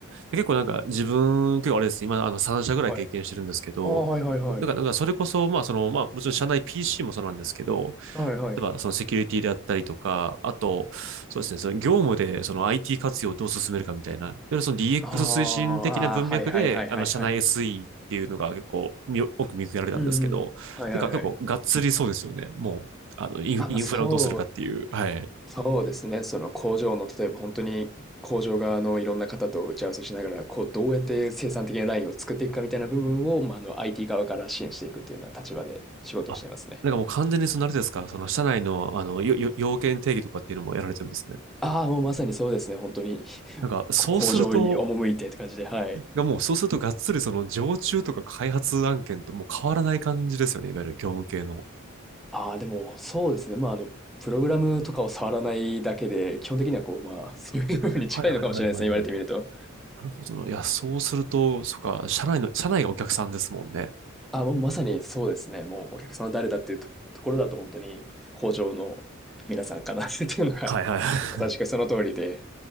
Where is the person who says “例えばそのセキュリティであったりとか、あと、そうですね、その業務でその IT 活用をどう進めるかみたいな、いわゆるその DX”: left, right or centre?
Right